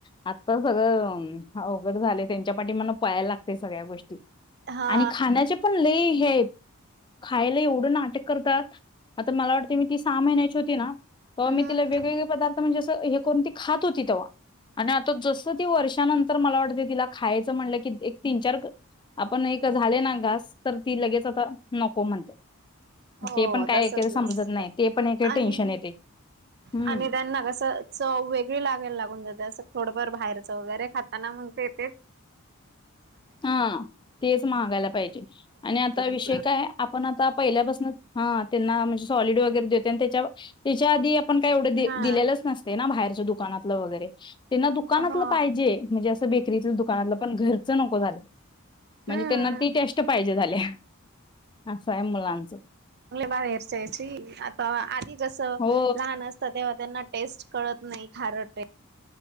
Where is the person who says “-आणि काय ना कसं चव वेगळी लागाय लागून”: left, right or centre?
Right